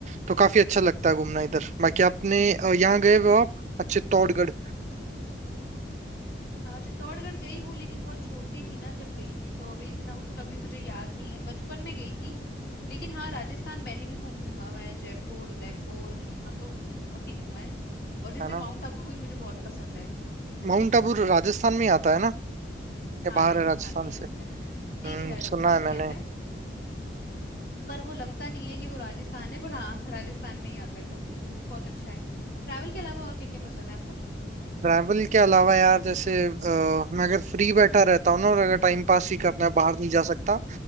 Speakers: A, on the right; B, on the left.
A: तो काफी अच्छा लगता है घूमना इधर बाकी आपने अ, यहाँ गए हो आप अच्छे चित्तौड़गढ़
B: अ, चित्तौड़गढ़ गई हूँ लेकिन बहुत छोटी थी ना जब गई थी तो अभी इतना उसका भी मुझे याद नहीं है बचपन में गई थी लेकिन हाँ राजस्थान मैंने भी खूब घूमा हुआ है जयपुर उदयपुर यहाँ तो बहुत ही घूमा है और जैसे
A: है ना
B: माउंट आबू भी मुझे बहुत पसंद है
A: माउंट आबू राजस्थान में ही आता है ना या
B: हाँ
A: बाहर
B: राजस्थान
A: है राजस्थान
B: में ही आता
A: से
B: है
A: हम्म
B: नहीं नहीं राजस्थान
A: सुना है
B: में ही
A: मैंने
B: आता है पर वो लगता नहीं है कि वो राजस्थान है पर हाँ <laughs> राजस्थान में ही आता है तो वो भी बहुत अच्छा है ट्रैवल के अलावा और क्या क्या पसंद है आपको
A: ट्रैवल के अलावा यार जैसे अ, मैं अगर फ्री बैठा रहता हूँ ना और अगर टाइम पास ही करना
B: हम्म
A: है बाहर नहीं जा सकता